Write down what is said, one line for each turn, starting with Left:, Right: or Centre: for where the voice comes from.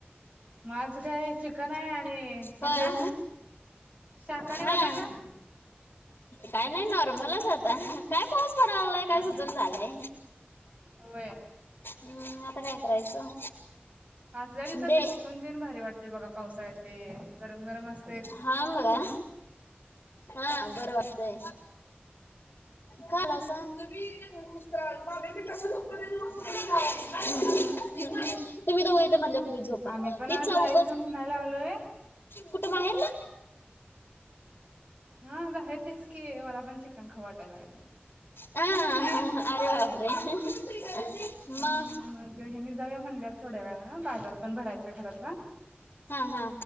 Right: म आज काय चिकन हाय आणि ह्यांना
Left: होय
Right: शाकाहारी
Left: हा.
Right: वाल्यांना
Left: काय नाय नॉर्मलच होता काय पाऊस <unintelligible>
Right: हा
Left: काय सुचन
Right: हा
Left: झालंय
Right: होय
Left: हम् आता काय करायचं.
Right: आसल्या दिवसात
Left: दे
Right: ते चिकन तेन भारी वाटतय बघा पावसाळ्यात ते गरम गरम अस
Left: हा मगां हा बरं वाटतंय. काला सांग <unintelligible> कुसकरा <unintelligible> मी कस झोपू <unintelligible> तुम्ही दोघं इथं मधल्या खोलीत झोपा
Right: आम्ही पण
Left: ती
Right: आज
Left: चौघ
Right: जायचं म्हणाय लागलोय
Left: कुठं बाहेरला
Right: हा बाहेर तेच की मला पण चिकन खाऊ वाटायं लागलय.
Left: आ हा हा हा अरे बापरे मग
Right: हम्म ह्यांनी जाऊ या म्हणल्यात थोड्या वेळान बाजार पण भरायचाय घरातला
Left: हा हा